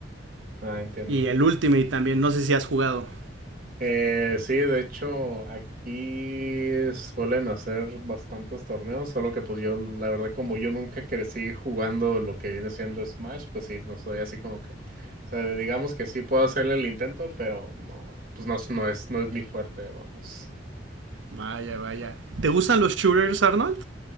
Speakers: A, on the right; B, on the right.
A: Ah, entiendo.
B: Y el Ultimate también, no sé si has jugado.
A: Eh, sí, de hecho, aquí suelen hacer bastantes torneos, solo que pues yo, la verdad, como yo nunca crecí jugando lo que viene siendo Smash, pues sí, no soy así como que, o sea, digamos que sí puedo hacerle el intento, pero no, pues no, es- no es, no es mi fuerte, vamos.
B: Vaya, vaya. ¿Te gustan los shooters, Arnold?